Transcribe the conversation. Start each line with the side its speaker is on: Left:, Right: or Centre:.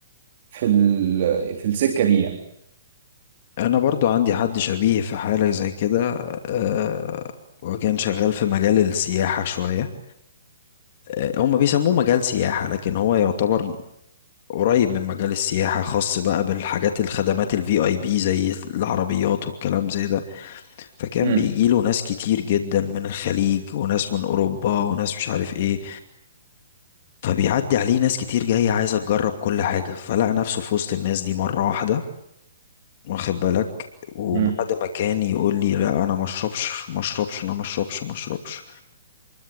Right: في ال... في السكة دي يعني
Left: أنا برضو عندي حد شبيه في حالة زي كده أه وكان شغال في مجال السياحة شوية أه هم بيسموه مجال سياحة لكن هو يعتبر قريب من مجال السياحة خاص بقى بالحاجات الخدمات الفي اي بي زي العربيات والكلام زي ده فكان
Right: مم.
Left: بيجيله ناس كتير جدا من الخليج وناس من اوروبا وناس مش عارف ايه فبيعدي عليه ناس كتير جاية عايزة تجرب كل حاجة فلقى نفسه في وسط الناس دي مرة واحدة واخد بالك وبعد
Right: مم.
Left: ما كان يقول لي لا انا ما اشربش ما اشربش انا ما اشربش ما اشربش